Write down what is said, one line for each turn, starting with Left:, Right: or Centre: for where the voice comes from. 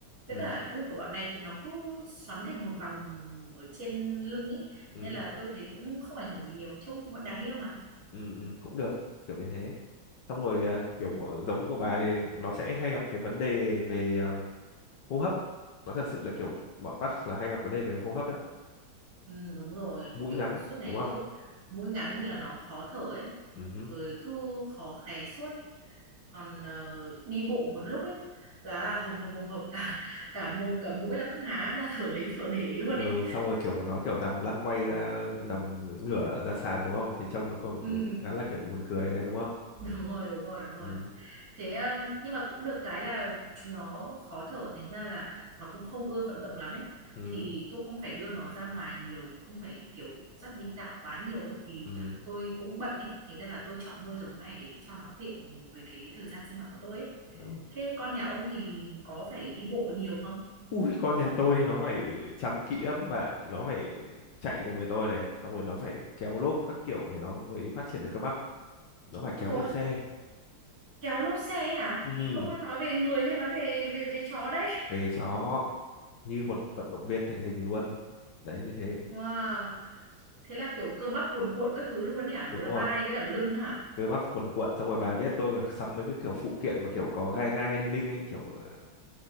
Left: Ừ.
Right: với cả đuôi của bọn này thì nó cứ xoắn thành một vòng ở trên lưng ấy
Left: Ừ.
Right: nên là tôi thấy cũng không ảnh hưởng gì nhiều trông cũng vẫn đáng yêu mà
Left: Ừ. Ừ. cũng được kiểu như thế xong rồi à,
Right: ừ.
Left: kiểu của- giống của bà thì nó sẽ hay gặp cái vấn đề về à, hô hấp nó thật sự là kiểu bọn Pats là hay gặp vấn đề về hô hấp đấy
Right: Ừ, đúng rồi
Left: mũi
Right: kiểu
Left: ngắn
Right: suốt ngày
Left: đúng không
Right: cứ mũi ngắn nên là nó khó thở ấy
Left: ừ
Right: rồi cứ khò khè suốt còn ờ, đi bộ một lúc ấy là hồng hộc hồng hộc cả cả mồm cả mũi là cứ há ra thở lấy thở để luôn
Left: ừ
Right: ấy
Left: xong rồi kiểu nó kiểu nằm lăn quay ra nằm ngửa ra sàn đúng không thì trông nó còn
Right: ừ,
Left: buồn, khá là kiểu buồn cười đấy đúng không
Right: đúng rồi đúng rồi đúng rồi
Left: ừ
Right: thế ờ, nhưng mà cũng được cái là chúng nó khó thở thành ra là nó cũng không ưa vận động lắm ấy
Left: ừ
Right: thì tôi không phải đưa nó ra ngoài nhiều không phải kiểu dắt đi dạo quá nhiều ấy vì
Left: ừ
Right: tôi cũng bận ấy thành ra là tôi chọn nuôi giống này để cho nó tiện với cái thời gian sinh hoạt của tôi ấy
Left: Ừ.
Right: thế con nhà ông thì có phải đi bộ nhiều không
Left: ui con nhà tôi nó phải chăm kỹ lắm bạn nó phải chạy cùng với tôi này xong rồi nó phải kéo lốp các kiểu thì nó mới phát triển được cơ bắp nó phải kéo
Right: Ôi
Left: lốp xe
Right: Kéo lốp xe ấy hả?
Left: ừ
Right: Ông đang nói về người hay nói về về về chó đấy?
Left: về chó như một vận động viên thể hình luôn đấy như thế
Right: Wow, thế là kiểu cơ bắp cuồn cuộn các thứ luôn ấy hả?
Left: đúng
Right: Là
Left: rồi
Right: vai với cả lưng hả?
Left: cơ bắp cuồn cuộn xong rồi bà biết tôi còn sắm mấy cái kiểu phụ kiện mà kiểu có gai gai đinh đinh ấy kiểu ờ,